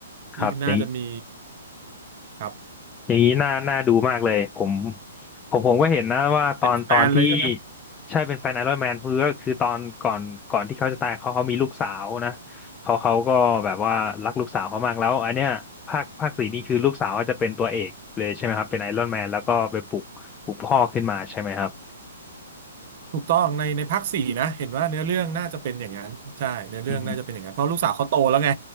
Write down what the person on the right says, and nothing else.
ที่น่าจะมี
ครับ
เป็นแฟนเลยใช่ไหม
ถูกต้องในในภาคสี่นะเห็นว่าเนื้อเรื่องน่าจะเป็นอย่างนั้นใช่เนื้อเรื่องน่าจะเป็นอย่างนั้นเพราะลูกสาวเขาโตแล้วไง